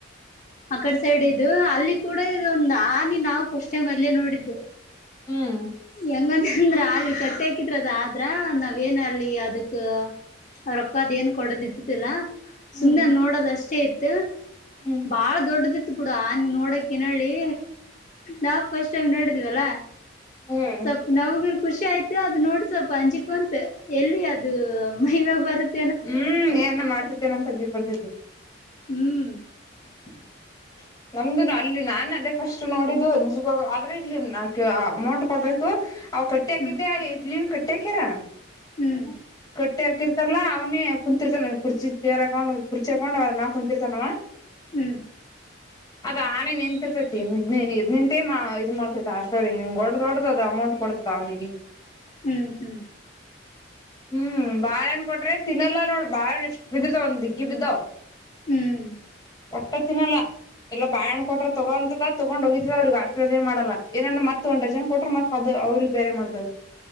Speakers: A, on the left; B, on the left.
A: ಆಕಡ್ ಸೈಡ್ ಇು ಅಲ್ಲಿ ಕೂಡ ಇದೊಂದು ಆನಿ ನಾವು ಫಸ್ಟೆ ಮ ಅಲ್ಲೇ ನೋಡಿದ್ದು
B: ಹ್ಮ್
A: ಹೆಂಗಂತಂದ್ರ ಅಲ್ಲಿ ಕಟ್ಟಿಕಿದ್ರದ ಆದ್ರ ನಾವ ಏನ ಅಲಿ ಅದಕ್ಕ ರೊಕ್ಕ ಅದ್ ಏನ್ ಕೊಡದ ಇದ್ದತಿಿಲ್ಲಾ
B: ಹ್ಞೂ
A: ಸುಮ್ಮನೆ ನೋಡೋದ ಅಷ್ಟೇ ಇತ್ತು
B: ಹ್ಞೂ
A: ಬಾಳ ದೊಡ್ಡದಿ ಬಿುಡ ಆನ್ ನೋಡಕ ನೋ ಹೇಳಿ ನಾವ್ ಫಸ್ಟ್ ಟೈಮ್ ನೋಡಿದೀವಲ್ಲ
B: ಹ್ಞೂ
A: ಸ್ವಲ್ಪ ನಮಗನ್ ಖುಷಿ ಆಯ್ತು ಅದ ನೋಡಿ ಸ್ವಲ್ಪ ಅಂಜಿಕ್ ಬಂತ ಎಲ್ಲಿ ಅದು ಮೈವ ಬರುತ್ತೆ
B: ಹ್ಮ್ ಏನ ಮಾಡ್ತತಿೇನ ಸಜಕ್ ಬರ್ತೈತಿ
A: ಹ್ಮ್
B: <inaudible> ನಮ್ದುನು ಅಲ್ಲಿ ನಾನನ್ ಅದೇ ಫಸ್ಟ್ ನೋಡಿದ್ದು ಅಂಜಿಗೋಗ ಆದ್ರೆ ಇಲ್ಲಿ ಅಮೌಂಟ್ ಕೊಡ್ಬೇಕು ಕಟ್ಟಿ ಹಾಕಿದ್ದೆ
A: ಹ್ಮ್
B: ಇಡ್ಲನ್ ಕಟ್ಟಿ ಹಾಕ್ಯರ
A: ಹ್ಮ್
B: ಕಟ್ಟಿ ಹಾಕಿರ್ತಾರಲ್ಲಾ ಅವ ನ ಕುಂತಿರ್ತಾನ ಕುರ್ಚಿ ಚೇರ್ಾಕೊಂಡು ಕುರ್ಚಿಾಕೊಂಡ್ ಅದ್ ಕುಂತಿರ್ತಾನವ
A: ಹ್ಮ್
B: ಅದ ಆನೆೆ ನಿಂತಿರ್ತೈತಿ ಇದ್ ನಿಂತೇ ಇ್ ಮಾಡ್ತೈತಿ ಅರ್ಶಡ್ದ ದೊಡ್ಡದದ ಅಮೌಂಟ್ ಕೊಡ್ತದ ಅವನಿಗೆ
A: ಹ್ಮ್ ಹ್ಮ್
B: ಹ್ಮ್ ಬಾಳಹಣ್ಣ ಕೊಟ್ರಿ ತಿನ್ನಲ್ಲಾ ನೋಡ್ ಬಾಳಣ್ಣ ಎಷ್ಟ ಬಿದ್ದಿರ್ತಾವ ಒಂದ್ ದಿಗ್ಗಿ ಬಿದ್ದವ್
A: ಹ್ಮ್
B: ಒಟ್ಟ ತಿಿನಲ್ಲ ಎಲ್ಲ ಬಾಯಣ್ಣ ಕೊ್ರ ತಗೋೊಂತದ ತಗೊಂಡ ಹೋಗಿದದ ಅವ್ರಿಗೆ ಆಶೀರ್ವಜ ಮಾಡಲ್ಲ ಏನನ್ ಮತ್ತ ಒಂದ್ ಜನ್ ಕೊಟ್ರ ಮತ್ದ ಅವ್ರಿಗೆ ಬೇರೆ ಮಾಡ್ತವ